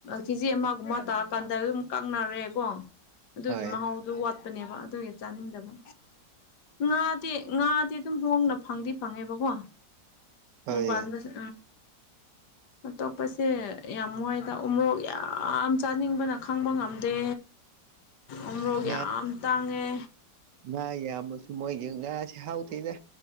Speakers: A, on the left (about 70°); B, on the right (about 75°).
A: ꯀꯦꯖꯤ ꯑꯃꯒꯨꯝꯕ ꯇꯥ ꯀꯥꯟꯗ ꯑꯗꯨꯝ ꯀꯛꯅꯔꯦꯀꯣ ꯑꯗꯨꯒꯤ
B: ꯍꯣꯏ
A: ꯃꯍꯥꯎꯗꯨ ꯋꯥꯠ ꯄꯅꯦꯕ ꯑꯗꯨꯒꯤ ꯆꯥꯅꯤꯡꯗꯕ ꯉꯥꯗꯤ ꯉꯥꯗꯤ ꯑꯗꯨꯝ ꯍꯣꯡꯅ ꯐꯪꯗꯤ ꯐꯪꯉꯦꯕꯀꯣ
B: ꯍꯣꯏ
A: ꯃꯣꯡꯄꯥꯟꯗꯁꯨ ꯑꯇꯣꯞꯄꯁꯦ ꯌꯥꯝ ꯋꯥꯏꯗ ꯎꯃꫭꯔꯣꯛ ꯌꯥꯝ ꯆꯥ ꯅꯤꯡꯕꯅ ꯈꯪꯕ ꯉꯝꯗꯦ ꯎꯃꯣꯔꯣꯛ
B: ꯉꯥ
A: ꯌꯥꯝ ꯇꯥꯡꯉꯦ
B: ꯉꯥ ꯌꯥꯝꯃꯁꯨ ꯃꯣꯏꯒꯤ ꯉꯥꯁꯤ ꯍꯥꯎꯇꯦꯗ